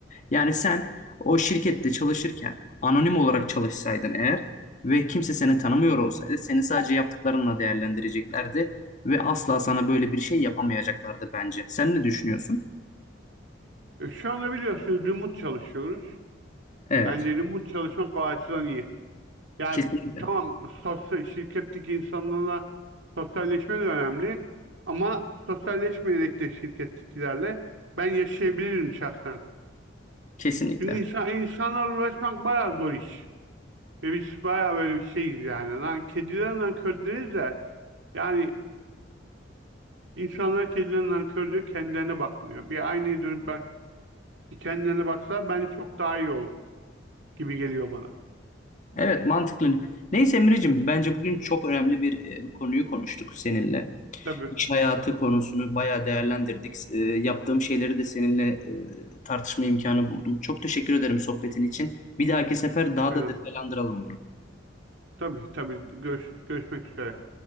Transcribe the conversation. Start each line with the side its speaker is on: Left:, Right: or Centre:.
Left: Yani sen o şirkette çalışırken anonim olarak çalışsaydın eğer ve kimse seni tanımıyor olsaydı seni sadece yaptıklarınla değerlendireceklerdi ve asla sana böyle bir şey yapamayacaklardı bence. Sen ne düşünüyorsun?
Right: E, şu anda biliyorsunuz remote çalışıyoruz.
Left: Evet,
Right: Bence remote çalışmak o açıdan iyi. Yani
Left: kesinlikle.
Right: tamam sosyal, şirketteki insanlarla sosyalleşme de önemli ama sosyalleşmeyerek de şirkettekilerle ben yaşayabilirim şahsen.
Left: Kesinlikle.
Right: Çünkü insan, insanlarla uğraşmak bayağı zor iş. Ve biz bayağı böyle bir şeyiz yani. Lan kediler nankör deriz de yani insanlar kediler nankör diyor kendilerine bakmıyor. Bir aynaya dönüp bak kendilerine baksa bence çok daha iyi olur gibi geliyor bana.
Left: Evet, mantıklı. Neyse Emre'cim, bence bugün çok önemli bir e, konuyu konuştuk seninle.
Right: Tabii.
Left: İş hayatı konusunu bayağı değerlendirdik. E, yaptığım şeyleri de seninle e, tartışma imkanı buldum. Çok teşekkür ederim sohbetin için. Bir dahaki sefer
Right: Hiç
Left: daha
Right: önemli.
Left: da detaylandıralım bunu.
Right: Tabii tabii. Görüş, görüşmek üzere.